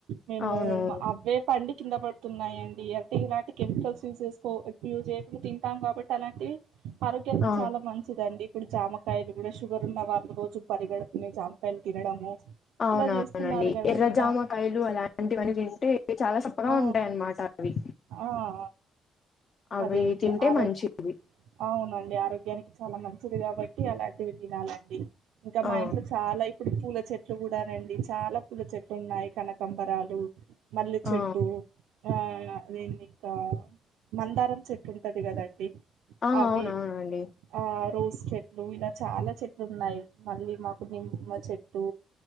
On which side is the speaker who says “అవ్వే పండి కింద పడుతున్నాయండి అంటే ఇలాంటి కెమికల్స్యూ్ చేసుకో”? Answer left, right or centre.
Right